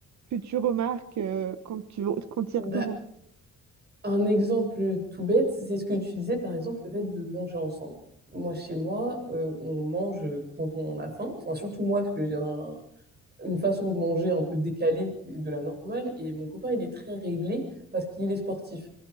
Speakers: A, on the right (about 65°); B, on the right (about 35°).
A: que tu remarques euh, quand tu quand tu y retournes?
B: bah, un exemple tout bête, c'est ce que tu disais, par exemple, le fait de manger ensemble. Moi, chez moi, euh, on mange quand on a faim, enfin, surtout moi, parce que j'ai un, une façon de manger un peu décalée de la normale. Et mon copain, il est très réglé parce qu'il est sportif.